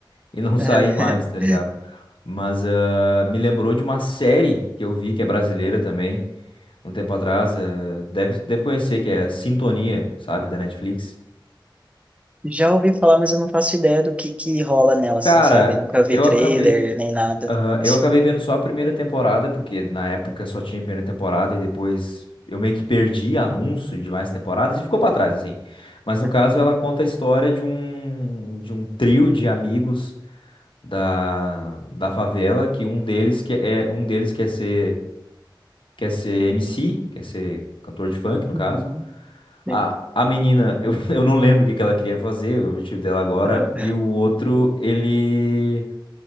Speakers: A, on the left; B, on the right.
A: e não
B: <laughs>
A: <laughs> saí mais, tá ligado? Mas ah, me lembrou de uma série que eu vi, que é brasileira também, um tempo atrás. ah, deve, deve conhecer, que é Sintonia, sabe, da Netflix.
B: Já ouvi falar, mas eu não faço ideia do que que rola nela, assim,
A: Cara,
B: sabe? Nunca vi
A: eu
B: trailer
A: acabei.
B: nem nada,
A: Aham,
B: assim.
A: Eu acabei vendo só a primeira temporada, porque na época só tinha a primeira temporada e depois eu meio que perdi anúncio de mais temporadas e ficou pra trás, assim. Mas no
B: Uhum.
A: caso ela conta a história de um, de um trio de amigos da, da favela, que um deles que é um deles quer ser quer ser MC, quer ser cantor de funk, no caso.
B: Uhum. Sim.
A: A, a menina, <laughs> eu, eu não lembro o que que ela queria fazer, o objetivo dela agora,
B: Ah,
A: e o outro, ele